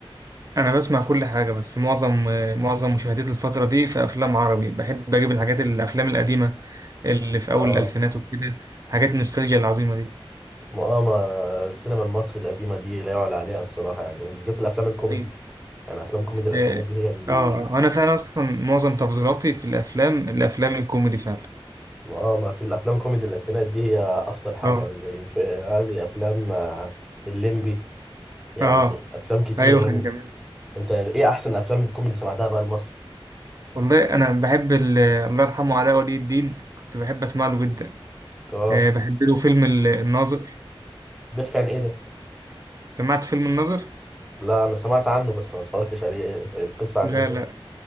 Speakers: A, on the right (about 35°); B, in the centre.
A: انا بسمع كل حاجه بس معظم معظم مشاهدتي الفتره دي في افلام عربي بحب اجيب الحاجات الافلام القديمه اللي في اول
B: اه
A: الالفينات وكده حاجات النوستالجيا العظيمه دي
B: ما اه ما السينما المصري القديمه دي لا يعلى عليها الصراحه يعني بالذات الافلام الكوميدي
A: ايوه
B: يعني افلام كوميدي الالفينات
A: اه
B: دي هي ال...
A: آه، انا فعلا اصلا معظم تفضيلاتي في الافلام الافلام الكوميدي فعلا
B: اه ما في الافلام كوميدي الالفينات دي هي اخطر حاجه
A: اه
B: يعني زي في هذه افلام آه، الليمبي يعني
A: اه
B: افلام كتيره
A: ايوه
B: يعني
A: كان جميل
B: انت ايه احسن افلام كوميدي سمعتها بقى المصري
A: والله انا بحب ال- الله يرحمه علاء ولي الدين كنت بحب اسمع له جدا
B: اه
A: آه، بحب له فيلم ال- الناظر
B: بيحكي عن ايه ده
A: سمعت فيلم الناظر
B: لا انا سمعت عنه بس ما اتفرجتش عليه القصه عن
A: لا
B: ايه ده
A: لا